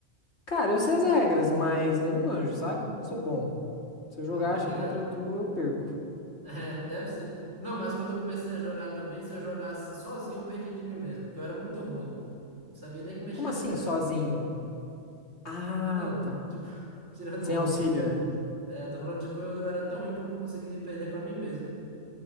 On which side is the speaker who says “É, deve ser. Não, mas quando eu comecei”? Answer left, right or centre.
Right